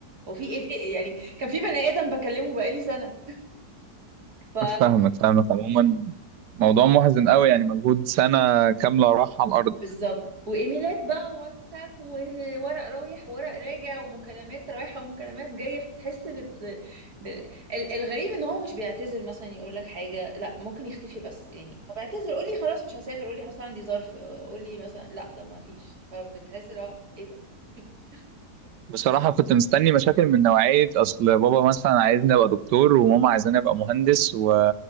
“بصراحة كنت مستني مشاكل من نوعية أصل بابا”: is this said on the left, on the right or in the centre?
Right